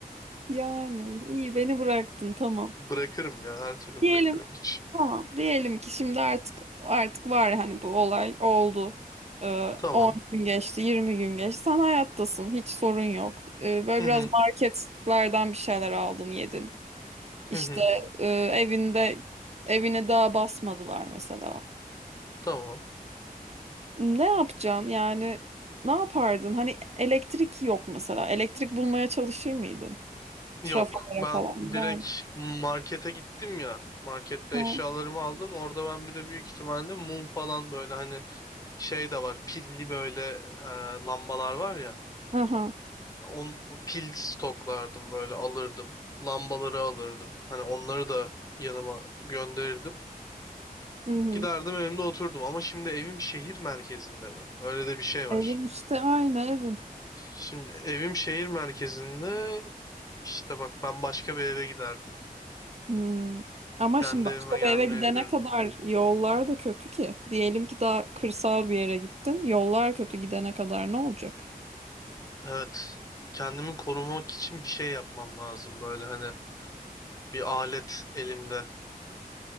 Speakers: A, on the right; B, on the left.
A: Yani iyi beni bıraktın tamam.
B: Bırakırım ya her türlü
A: Diyelim
B: bırakırım hiç.
A: tamam diyelim ki şimdi artık artık var hani bu olay oldu. Ee,
B: Tamam.
A: 10 gün geçti 20 gün geçti sen hayattasın hiç sorun yok. Ee, böyle
B: Hı
A: biraz
B: hı.
A: marketlerden bir şeyler aldın yedin. İşte
B: Hı hı.
A: e, evinde evine daha basmadılar mesela.
B: Tamam.
A: Ne yapacaksın yani ne yapardın? Hani elektrik yok mesela elektrik bulmaya çalışır mıydın?
B: Yok.
A: Trafolara
B: Ben
A: falan gider
B: direkt
A: miydin?
B: markete gittim ya. Markette
A: Ha.
B: eşyalarımı aldım. Orada ben bir de büyük ihtimalle mum falan böyle hani şey de var. Pilli böyle e, lambalar var ya.
A: Aha.
B: On, pil stoklardım böyle alırdım. Lambaları alırdım. Hani onları da yanıma gönderirdim.
A: Hı hı.
B: Giderdim evimde oturdum ama şimdi evim şehir merkezinde mi? Öyle de bir şey
A: Evin
B: var.
A: işte aynı evin.
B: Şimdi evim şehir merkezinde. İşte bak ben başka bir eve giderdim.
A: Hmm. Ama
B: Kendi
A: şimdi başka
B: evime gelmeyebilirdim.
A: bir eve gidene kadar yollar da kötü ki. Diyelim ki daha kırsal bir yere gittin. Yollar kötü gidene kadar ne olacak?
B: Evet. Kendimi korumak için bir şey yapmam lazım. Böyle hani bir alet elimde.